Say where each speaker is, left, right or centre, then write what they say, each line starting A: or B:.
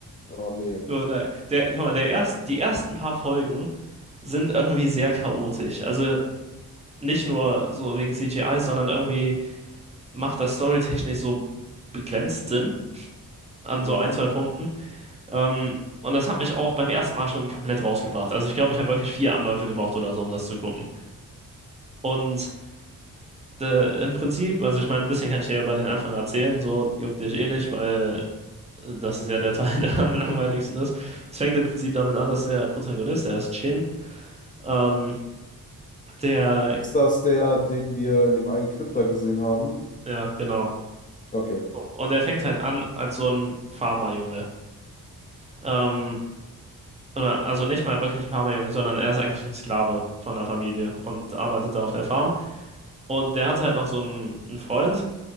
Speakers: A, on the left; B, on the right.
A: Oh, nee.
B: So, nein. Der, guck mal, der erst, die ersten paar Folgen sind irgendwie sehr chaotisch. Also nicht nur so wegen CGI, sondern irgendwie macht das storytechnisch so begrenzt Sinn an so
A: Ja.
B: ein, zwei Punkten. Ähm, und das hat mich auch beim ersten Mal schon komplett rausgebracht. Also ich glaube, ich habe wirklich vier Anläufe gebraucht oder so, um das zu gucken. Und äh, im Prinzip, also ich meine, ein bisschen kann ich dir über den Anfang erzählen, so juckt dich eh nicht, weil äh, das ist ja der Teil, <laughs> der am langweiligsten ist. Es fängt im Prinzip damit an, dass der Protagonist, der ist Chin, ähm, Der,
A: Ist das der, den wir in dem einen Clip da gesehen haben?
B: ja, genau.
A: Okay.
B: Und er fängt halt an als so ein Farmerjunge. Ähm, oder- also nicht mal wirklich ein Farmerjunge, sondern er ist eigentlich ein Sklave von der Familie und arbeitet da auf der Farm. Und der hat halt noch so einen, einen Freund,